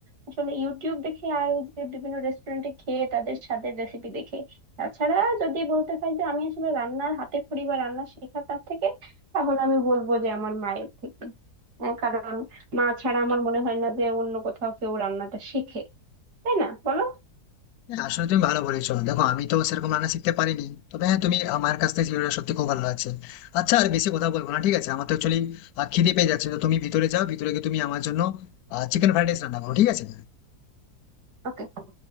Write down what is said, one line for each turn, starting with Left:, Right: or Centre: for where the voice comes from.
Right: আসলে ইউটিউব দেখে আর ওই যে বিভিন্ন রেস্টুরেন্টে খেয়ে তাদের স্বাদের রেসিপি দেখে তাছাড়া যদি বলতে হয় যে আমি আসলে রান্নার হাতে খড়ি বা রান্না শেখা কার থেকে তাহলে আমি বলবো যে আমার মায়ের থেকে আহ, কারণ মা ছাড়া আমার মনে হয় না যে অন্য কোথাও কেউ রান্নাটা শেখে তাই না বলো
Left: হ্যাঁ, আসলে তুমি ভালো বলেছো দেখো আমি তো সেরকম রান্না শিখতে পারিনি তবে হ্যাঁ তুমি আমার কাছ থেকে ভিডিওটা সত্যি খুব ভালো লাগছে আচ্ছা আর বেশি কথা বলবো না ঠিক আছে আমার তো অ্যাকচুয়ালি খিদে পেয়ে যাচ্ছে তো তুমি ভিতরে যাও ভিতরে গিয়ে তুমি আমার জন্য চিকেন ফ্রাইড রাইস রান্না করো ঠিক আছে
Right: ওকে